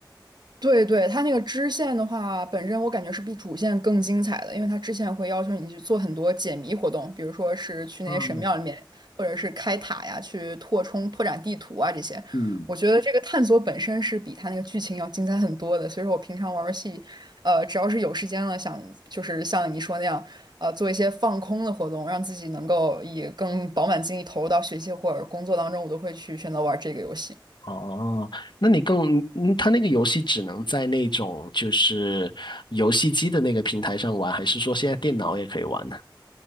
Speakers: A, on the right; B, on the left.
A: 对对，它那个支线的话，本身我感觉是比主线更精彩的，因为它支线会要求你去做很多解谜活动，比如说是去那些神庙里面，
B: 嗯
A: 或者是开塔呀，去拓充、拓展地图啊这些。
B: 嗯。
A: 我觉得这个探索本身是比它那个剧情要精彩很多的，所以说我平常玩游戏，呃，只要是有时间了，想就是像你说那样，呃，做一些放空的活动，让自己能够以更饱满精力投入到学习或者工作当中，我都会去选择玩这个游戏。
B: 哦，那你更，嗯，它那个游戏只能在那种就是游戏机的那个平台上玩，还是说现在电脑也可以玩呢？